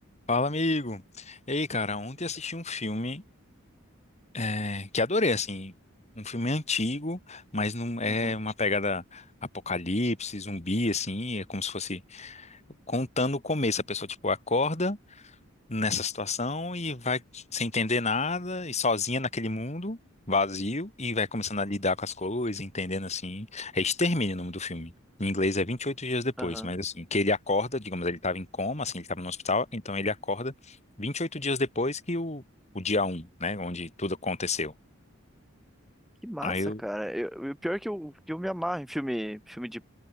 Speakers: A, on the left (about 30°); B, in the centre.
A: Fala, amigo. Ei, cara, ontem assisti um filme eh, que adorei, assim, um filme antigo, mas não é
B: Uhum.
A: uma pegada apocalipse, zumbi, assim, é como se fosse contando o começo. A pessoa, tipo, acorda nessa situação e vai sem entender nada e sozinha naquele mundo vazio e vai começando a lidar com as coisas, entendendo assim. É Extermínio o nome do filme. Em inglês é 28 dias depois,
B: Aham.
A: mas assim, que ele acorda, digamos, ele estava em coma, assim, ele estava no hospital, então ele acorda 28 dias depois que o, o dia um né, onde tudo aconteceu.
B: Que massa,
A: Aí eu,
B: cara. Eu, o pior é que eu, que eu me amarro em filme, filme de,